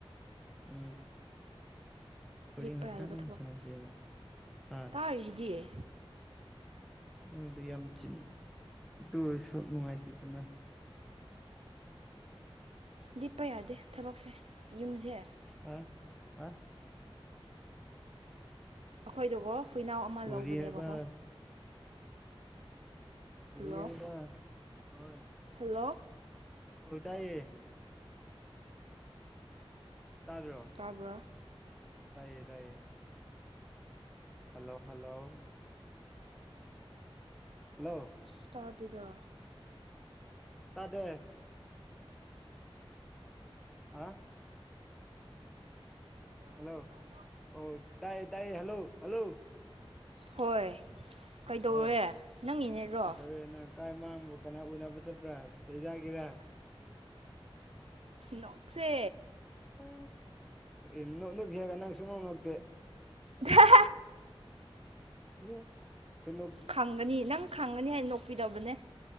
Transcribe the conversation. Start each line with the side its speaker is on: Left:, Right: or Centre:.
Centre: ꯎꯝ ꯋꯥꯔꯤꯣꯔ
Right: ꯂꯦꯞꯄ
Centre: ꯉꯥꯛꯇꯪ
Right: ꯌꯥꯗꯕ
Centre: ꯁꯥꯟꯅꯁꯦꯕ ꯍꯥ
Right: ꯍꯥꯏꯔꯁꯤꯗꯤꯑꯌꯦ
Centre: ꯅꯣꯏꯗ ꯌꯥꯝ ꯆꯤꯟ ꯑꯗꯨ ꯑꯣꯏꯁꯨ ꯅꯨꯡꯉꯥꯏꯇꯦꯗꯅ
Right: ꯗꯤꯄ ꯌꯥꯗꯦ ꯊꯕꯛꯁꯦ ꯌꯨꯝꯁꯦ
Centre: ꯍꯥ ꯍꯥ
Right: ꯑꯩꯈꯣꯏꯗꯒꯣ ꯍꯨꯏꯅꯥꯎ ꯑꯃ
Centre: ꯀꯣꯔꯤ
Right: ꯂꯧꯕꯅꯦꯕꯀꯣ
Centre: ꯍꯥꯏꯕ ꯀ
Right: ꯍꯜꯂꯣ
Centre: ꯌꯥꯗ ꯍꯣꯏ
Right: ꯍꯜꯂꯣ
Centre: ꯑꯣꯏ ꯇꯏꯌꯦ ꯇꯥꯔꯣ
Right: ꯇꯥꯕ
Centre: ꯇꯥꯏꯌꯦ ꯇꯥꯏꯌꯦ ꯍꯜꯂꯣ ꯍꯜꯂꯣ ꯍꯜꯂꯣ
Right: ꯑꯁꯇꯥꯗꯗ
Centre: ꯇꯗ ꯑ ꯍꯜꯂꯣ ꯑꯣ ꯇꯥꯏ ꯇꯥꯏ ꯍꯜꯂꯣ ꯍꯜꯂꯣ
Right: ꯍꯣꯏ ꯀꯩꯗꯧꯔꯦ
Centre: ꯍꯣꯏ
Right: ꯅꯪꯒꯤꯅꯦꯔꯣ
Centre: ꯀꯩꯗꯧꯔꯦ ꯅꯪ ꯀꯥꯏ ꯃꯥꯡꯕ ꯀꯅꯥ ꯎꯅꯕ ꯆꯠꯄ꯭ꯔꯥ ꯆꯩꯖꯒꯤꯦꯔ
Right: ꯅꯣꯛꯁꯦ
Centre: ꯎ ꯏꯟꯅꯣ ꯅꯛ ꯍꯦꯒ ꯅꯪ ꯁꯨꯅꯣꯅꯣꯛꯇꯦ
Right: ꯊ
Centre: ꯦ ꯀꯣꯏꯩꯅꯣ
Right: ꯈꯪꯒꯅꯤ ꯅꯪ ꯈꯪꯒꯅꯤ ꯍꯥꯏꯅ ꯅꯣꯛꯄꯤꯗꯕꯅꯦ